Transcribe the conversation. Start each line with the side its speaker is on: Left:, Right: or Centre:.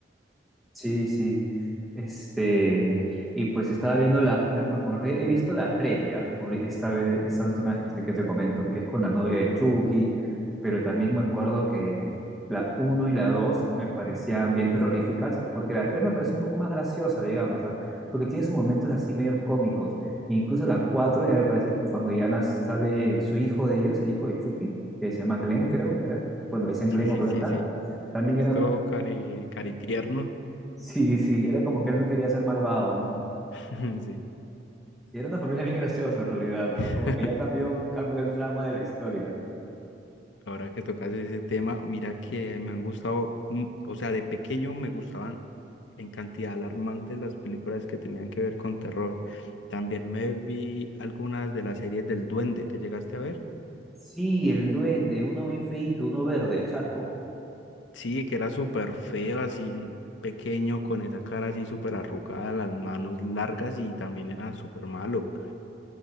Centre: Sí, sí. Este, y pues estaba viendo la, me, me acordé, he visto la 3 ya, ori- esta vez, esta última vez que estoy que te comento, que es con la novia de Chucky, pero también me acuerdo que la uno y la 2 me parecían bien terroríficas, porque la 3 me parece un poco más graciosa, digamos, ¿ah? Porque tiene sus momentos así medios cómicos, e incluso la 4 ya me parece que cuando ya nas- sale su hijo de ellos, el hijo de Chucky, que se llama Glenn, creo, que era, bueno, le decían
Left: Sí,
Centre: Glenn
Left: sí,
Centre: o Glenda,
Left: sí, sí.
Centre: también
Left: Esto
Centre: era
Left: cari, cari tierno.
Centre: Sí, sí, era como que él no quería ser malvado, ¿no?
Left: <laughs> Sí.
Centre: Sí, era una familia bien graciosa en realidad, ¿no?
Left: <laughs>
Centre: Como que ya cambió, cambió el trama de la historia.
Left: Ahora que tocas ese tema, mira que me han gustado, mm, o sea, de pequeño me gustaban en cantidad alarmante las películas que tenían que ver con terror. También me vi algunas de las series del Duende, ¿te llegaste a ver?
Centre: Sí, el duende, uno bien feíto, uno verde, chato.
Left: Sí, que era súper feo, así pequeño, con esa cara así súper arrugada, las manos largas y también era súper malo.